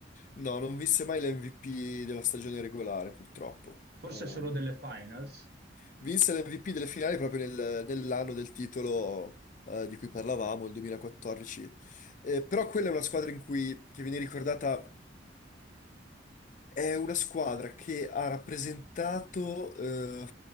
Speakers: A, on the left; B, on the right.
A: No, non vinse mai l'MVP della stagione regolare, purtroppo.
B: forse
A: Ehm,
B: solo delle finals.
A: vinse l'MVP delle finali proprio nel- nell'anno del titolo eh, di cui parlavamo, il 2014. Eh, però quella è una squadra in cui, che viene ricordata. È una squadra che ha rappresentato eh,